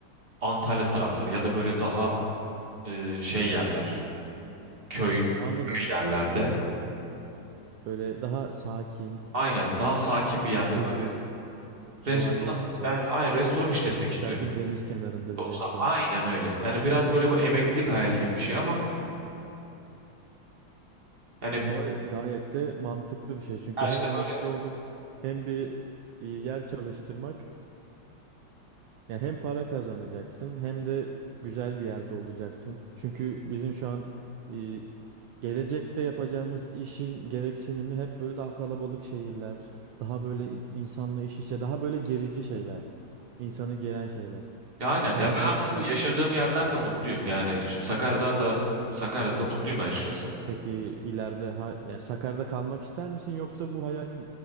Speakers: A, on the right; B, on the right.
A: Antalya tarafları ya da böyle daha e, şey yerler, köy
B: Anladım.
A: yerlerde.
B: Böyle daha sakin,
A: Aynen daha sakin bir yerde
B: nezih,
A: böyle restoran
B: doğayla iç içe.
A: yani aynen restoran işletmek istiyorum.
B: Belki bir deniz kenarında
A: olsa
B: bir restoran.
A: aynen öyle. Yani biraz böyle bu emeklilik hayali gibi bir şey ama yani
B: Ama gayet de mantıklı bir şey. Çünkü
A: ya
B: hem
A: işte
B: emekli
A: böyle
B: olup hem bir e, yer çalıştırmak Ya hem para kazanacaksın hem de güzel bir yerde olacaksın. Çünkü bizim şu an e, gelecekte yapacağımız işin gereksinimi hep böyle daha kalabalık şehirler, daha böyle insanla iş içe, daha böyle gerici şeyler, insanı geren şeyler,
A: ya aynen
B: daha
A: ya ben
B: büyük
A: aslında
B: sorumluluklar.
A: yaşadığım yerden de mutluyum. Yani şimdi Sakarya'dan da Sakarya'da da mutluyum açıkçası.
B: Peki ileride ha, yani Sakarya'da kalmak ister misin yoksa bu hayal